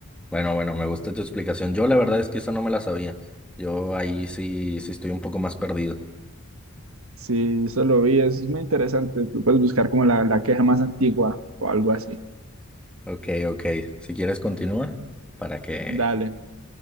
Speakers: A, in the centre; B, on the right.
A: Bueno, bueno, me gusta tu explicación. Yo la verdad es que esa no me la sabía. Yo ahí sí, sí estoy un poco más perdido.
B: sí, eso lo vi, eso es muy interesante. Tú puedes buscar como la, la queja más antigua o algo así.
A: Ok, ok. Si quieres continúa, para que...
B: Dale.